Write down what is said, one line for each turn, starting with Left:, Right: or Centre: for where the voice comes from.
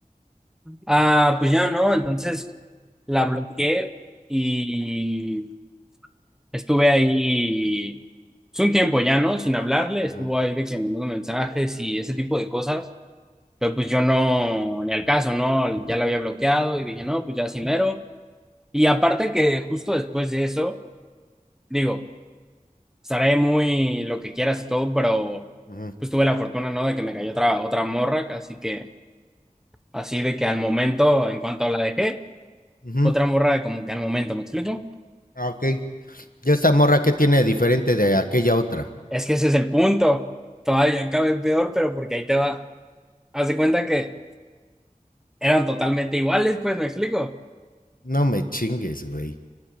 Centre: ah, pues ya no, entonces la bloqueé y estuve ahí pues, un tiempo ya, ¿no? Sin hablarle,
Left: Ujú,
Centre: estuvo ahí de que mandando mensajes y ese tipo de cosas, pero pues yo no, ni al caso, ¿no? Ya la había bloqueado y dije, no, pues ya sí mero. Y aparte que justo después de eso, digo, estaré muy lo que quieras y todo, pero
Left: ujú,
Centre: pues tuve la fortuna, ¿no? De que me cayó otra, otra morra, así que Así de que al momento, en cuanto la dejé,
Left: ujú.
Centre: otra morra como que al momento, ¿me explico?
Left: Ah, Ok. Ya esta morra qué tiene diferente de aquella otra.
Centre: Es que ese es el punto. Todavía cabe peor, pero porque ahí te va. Haz de cuenta que eran totalmente iguales, pues, ¿me explico?
Left: No me chingues, güey.